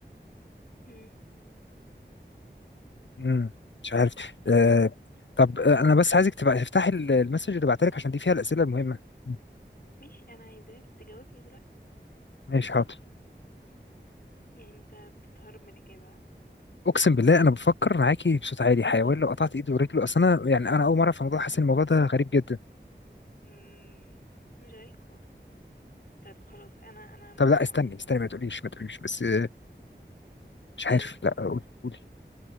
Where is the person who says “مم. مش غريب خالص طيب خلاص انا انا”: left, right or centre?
Left